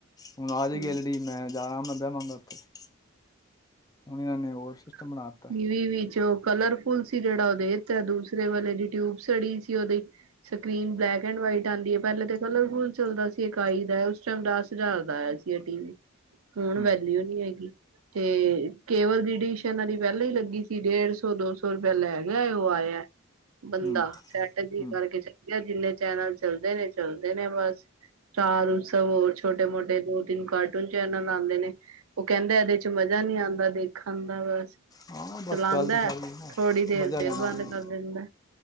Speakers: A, on the left; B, on the right.
A: ਹੁਣ ਆਜ
B: ਹਮ,
A: ਗਲਡੀ ਮੈਂ ਜਾਣਾਮ ਲੱਭਿਆ <unintelligible> ਹੁਣ ਇਹਨਾਂ ਨੇ ਹੋਰ ਸਿਸਟਮ
B: ਇਹ
A: ਬਣਾ ਦਿੱਤਾ
B: ਵੀ ਵੀ ਚੋ ਕਲਰਫੁਲ ਸੀ ਜਿਹੜਾ ਉਹਦੇ ਤੇ ਦੂਸਰੇ ਵਾਲੇ ਦੀ ਟਿਊਬ ਸੜੀ ਸੀ ਉਹਦੀ ਸਕਰੀਨ ਬਲੈਕ ਐਂਡ ਵਾਈਟ ਆਉਂਦੀ ਹੈ ਪਹਿਲੇ ਤੇ ਕਲਰਫੁਲ ਚੱਲਦਾ ਸੀ ਇਕਾਈ ਦਾ ਉਸ ਟਾਈਮ ਦਸ ਹਜ਼ਾਰ ਦਾ ਆਇਆ ਸੀ ਟੀ ਵੀ ਹੁਣ
A: ਹੂੰ
B: ਵੈਲਿਊ ਨੀ ਹੈਗੀ ਤੇ ਕੇਵਲ ਰਿਡੀਸ਼ਨ ਦੀ ਪਹਿਲਾਂ ਹੀ ਲੱਗੀ ਸੀ ਡੇਢ ਸੋ ਦੋ ਸੋ ਰੁਪਆ ਲੈ ਗਿਆ ਉਹ ਆਇਆ ਬੰਦਾ
A: ਹੂੰ
B: ਸੈਟਜੀ
A: ਹਮ।
B: ਕਰਕੇ ਚ ਗਿਆ ਜਿੰਨੇ ਚੈਨਲ ਚੱਲਦੇ ਨੇ ਚਲਦੇ ਨੇ ਬਸ ਸਟਾਰ ਉਸਵ ਹੋਰ ਛੋਟੇ ਮੋਟੇ ਦੋ ਤਿੰਨ ਕਾਰਟੂਨ ਚੈਨਲ ਆਉਂਦੇ ਨੇ ਉਹ ਕਹਿੰਦਾ ਇਹਦੇ ਚ ਮਜਾ ਨਹੀਂੀ ਆਉਂਦਾ ਦੇਖਣ ਦਾ ਬਸ
A: ਹਾਂ ਬਸ
B: ਚਲਾਉਂਦਾ
A: ਗੱਲ ਤੇ ਸਾਰੀ
B: ਹੈ ਥੋੜ੍ਹੀ ਦੇਰ
A: ਮਜਾ
B: ਫੇਰ
A: ਲੈਣਾ
B: ਬੰਦ
A: ਉਹਨੇ
B: ਕਰ ਦਿੰਦਾ